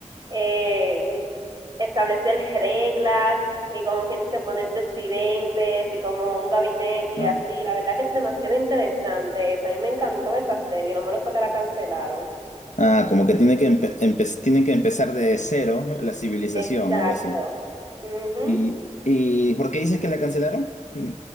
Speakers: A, on the right; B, on the left.
A: eh, establecer reglas y como quien dice poner presidentes y como un gabinete y
B: Ah,
A: así, la verdad que es demasiado interesante, eso. a mí me encantó esa serie, lo malo fue que la cancelaron.
B: Ah, como que tiene que, empe- empe- tiene que empezar de cero la civilización,
A: Exacto.
B: algo así.
A: Ujú.
B: ¿Y, y por qué dices que la cancelaron? Mm,